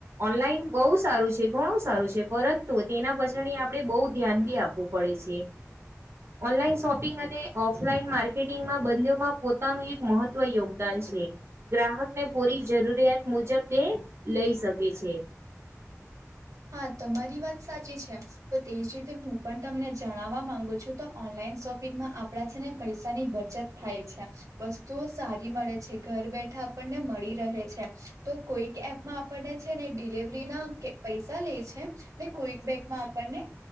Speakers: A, on the right; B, on the right.
A: ઓનલાઈન બહ સારું છે ઘણું સારું છે પરંતુ તેના પછડી આપડણે બહુ ધ્યાન બી આપવું પડે છે. ઓનલાઈન શોપિંગ અને ઓફલાઈન માર્કેટિંગમાં બંમાં પોતાનું એક મહત્વ યોગદાન છે. ગ્રાહકને પૂરી જરૂરિયાત મુજબ તે લઈ શકે છે.
B: હા તમારી વાત સાચી છે તો તેજ રીતે હું પણ તમને જણાવવા માંગુ છું તો ઓનલાઈન શોપિંગમાં આપડા છે ને પૈસાની બચત થાય છે વસ્તુઓ સારી મળે છે ઘર બેઠે આપને મળી રહે છે તો કોઈક એપમાં આપને છે ને ડિલવરી ના પૈસા લે છે ને ક્કબેગમાં આપણને